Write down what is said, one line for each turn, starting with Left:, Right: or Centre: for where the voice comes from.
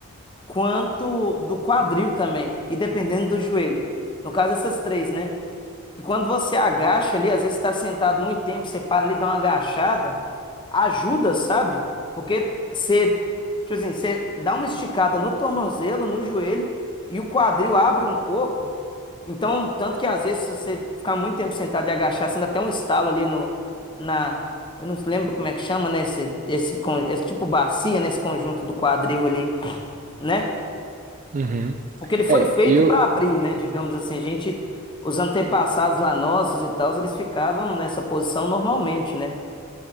Left: quanto do quadril também, e dependendo do joelho. No caso, essas três, né? E quando você agacha ali, às vezes está sentado muito tempo, você para ali, dá uma agachada, ajuda, sabe? Porque você, tipo assim, você dá uma esticada no tornozelo, no joelho, e o quadril abre um pouco. Então, tanto que às vezes, se você ficar muito tempo sentado e agachar, você dá até um estalo ali no, na. Eu não lembro como é que chama, né? Esse, esse, con- esse tipo bacia, nesse conjunto do quadril ali né?
Right: Uhum.
Left: Porque ele foi
Right: É,
Left: feito
Right: eu,
Left: para abrir, né? Digamos assim, a gente, os antepassados lá nossos e tal, eles ficavam nessa posição normalmente, né?